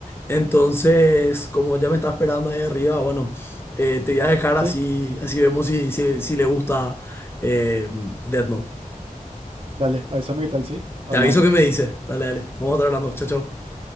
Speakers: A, on the left (about 15°); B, on the right (about 40°).
A: Entonces, como ya me está esperando ahí arriba, bueno, eh, te voy a dejar
B: sí.
A: así, así vemos si, si, si le gusta eh, Death Note.
B: Dale, avísame qué tal, sí. Hablamos.
A: Te aviso que me dice. Dale, dale. Vamos a estar hablando. Chao, chao.